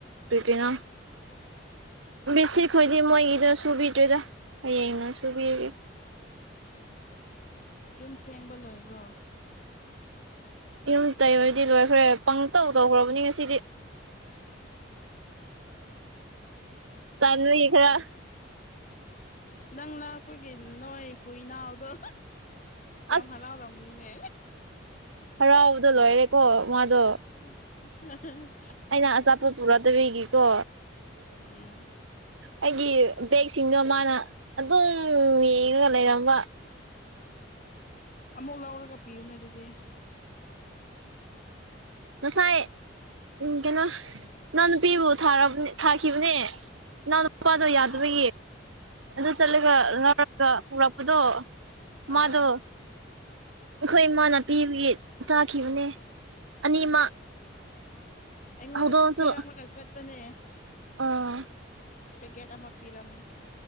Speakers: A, on the right; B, on the left.
A: ꯀ꯭ꯔꯤꯄꯤꯅꯥ ꯕꯤꯁꯤꯈꯣꯏꯗꯤ ꯃꯣꯏꯒꯤꯗꯣ ꯁꯨꯕꯤꯗꯦꯗ ꯍꯌꯦꯡꯅ ꯁꯨꯕꯤꯔ
B: ꯌꯨꯝ ꯁꯦꯡꯕ ꯂꯣꯏꯕ꯭ꯔꯣ
A: ꯌꯨꯝ ꯇꯩꯕꯗꯤ ꯂꯣꯏꯈ꯭ꯔꯦ ꯄꯪ ꯇꯧ ꯇꯧꯈ꯭ꯔꯕꯅꯤ ꯉꯁꯤꯗꯤ
B: <inaudible>
A: ꯇꯟꯕꯒꯤ ꯈꯔ
B: ꯅꯪꯅ ꯑꯩꯈꯣꯏꯒꯤ ꯅꯣꯏ ꯍꯨꯏꯅꯥꯎꯗꯣ꯫ ꯌꯥꯝ
A: ꯑꯁ
B: ꯍꯥꯔꯥꯎꯔꯝꯒꯅꯤꯅꯦ꯫
A: ꯍꯔꯥꯎꯕꯗꯣ ꯂꯣꯏꯔꯦꯀꯣ ꯃꯥꯗꯣ꯫
B: ꯎꯝ <unintelligible>
A: ꯑꯩꯅ ꯑꯆꯥꯄꯣꯠ ꯄꯨꯔꯛꯇꯕꯤꯒꯤꯀꯣ
B: ꯎꯝ
A: ꯑꯩꯒꯤ ꯕꯦꯛꯁꯤꯡꯗꯣ ꯃꯥꯅ ꯑꯗꯨꯝ ꯌꯦꯡꯉꯒ ꯂꯩꯔꯝꯕ꯫
B: ꯎꯝ ꯑꯃꯨꯛ ꯂꯧꯔꯒ ꯄꯤꯌꯨꯅꯦ ꯑꯗꯨꯗꯤ꯫
A: ꯉꯁꯥꯏ꯫ ꯎꯝ ꯀꯩꯅꯣ ꯏꯅꯥꯎ ꯅꯨꯄꯤꯕꯨꯥ ꯊꯥꯔ ꯊꯥꯈꯤꯕꯅꯦ ꯏꯅꯥꯎ ꯫ ꯅꯨꯄꯥꯗꯣ ꯌꯥꯗꯕꯒꯤ꯫
B: ꯑꯥ
A: ꯑꯗꯨ ꯆꯠꯂꯒ ꯂꯧꯎꯔꯒ ꯄꯨꯔꯛꯄꯗꯣ ꯃꯥꯗꯣ
B: ꯑꯥ
A: ꯑꯩꯈꯣꯏ ꯏꯃꯥꯅꯥ ꯄꯤꯕꯒꯤ ꯆꯥꯈꯤꯕꯅꯦ ꯑꯅꯤꯃꯛ
B: ꯑꯥ ꯑꯩꯉꯣꯟꯗꯁꯨ
A: ꯍꯧꯗꯣꯡꯁꯨ
B: ꯄꯤꯔꯝꯃꯒ ꯆꯠꯄꯅꯦ
A: ꯑꯣ
B: ꯄꯦꯀꯦꯠ ꯑꯃ ꯄꯤꯔꯝꯃꯦ꯫